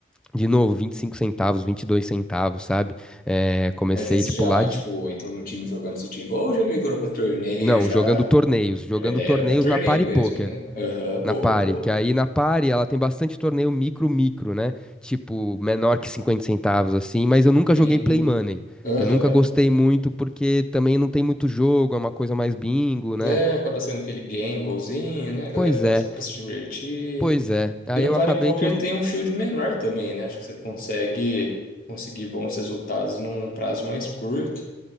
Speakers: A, in the centre; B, on the left.
A: de novo, 25 centavos, 22 centavos, sabe? Eh, comecei,
B: Mas esse
A: tipo,
B: já,
A: lá de...
B: tipo, entrou no time jogando esse time, ou já migrou para torneio,
A: Não,
B: já.
A: jogando torneios, jogando
B: A ideia
A: torneios
B: era pra torneio
A: na Party
B: mesmo,
A: Poker.
B: né? Aham, boa,
A: Na Pari,
B: boa.
A: que aí na Pari ela tem bastante torneio micro-micro, né? Tipo, menor que 50 centavos, assim, mas eu nunca
B: Sim.
A: joguei Play Money.
B: Aham.
A: Eu nunca gostei muito porque também não tem muito jogo, é uma coisa mais bingo, né?
B: É, acaba sendo aquele gamblezinho, né? A galera
A: Pois
B: tá
A: é,
B: só pra se divertir.
A: pois é. Aí
B: E no
A: eu
B: party
A: acabei
B: poker
A: que. eu não-
B: tem um field menor também, né? Acho que você consegue conseguir bons resultados num prazo mais curto.